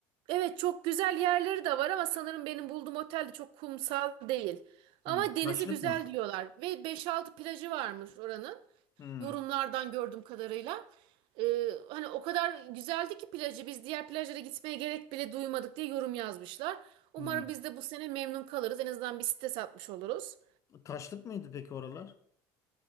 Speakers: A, on the right (about 65°); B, on the left (about 35°).
A: Evet çok güzel yerleri de var ama sanırım benim bulduğum otel de çok kumsal değil.
B: Hmm.
A: Ama denizi
B: Taşlık
A: güzel
B: mı?
A: diyorlar ve 5-6 plajı varmış oranın.
B: Hmm.
A: Yorumlardan gördüğüm kadarıyla. Ee, hani o kadar güzeldi ki plajı biz diğer plajlara gitmeye gerek bile duymadık diye yorum yazmışlar. Umarım
B: Hmm.
A: biz de bu sene memnun kalırız. En azından bir site satmış oluruz.
B: Taşlık mıydı peki oralar?